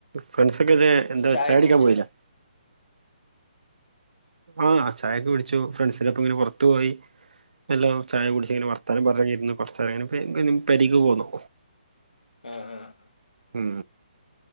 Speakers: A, on the right (about 70°); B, on the left (about 70°).
A: ഫ്രണ്ട്സൊക്കെതേ
B: നീ
A: എന്താ
B: ചായൊക്കെ
A: ചായുടിക്കാൻ
B: കുടിച്ചോ
A: പോയിലേ. ആഹ് ചായൊക്കെ കുടിച്ചു ഫ്രണ്ട്സിനൊപ്പങ്ങനെ പൊറത്ത് പോയി എല്ലോ ചായ
B: ആഹ്
A: കുടിച്ച് ഇങ്ങനെ പൊറത്ത് ത്താനം പറഞ്ഞൊക്കെ ഇരുന്ന് കൊറച്ച് കഴിഞ്ഞു പെരീക്ക് പോന്നൂ.
B: ആഹ് ആഹ്.
A: ഉം